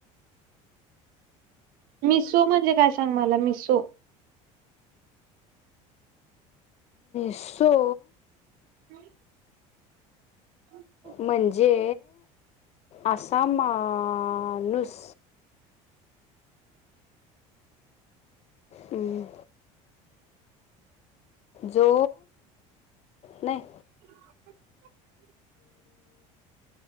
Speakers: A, on the right; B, on the left.
A: मिसो म्हणजे काय सांग मला मिसो.
B: सो
A: हम् <inaudible>
B: म्हणजे आसामानूस. हम्म, जो नाही.
A: <inaudible>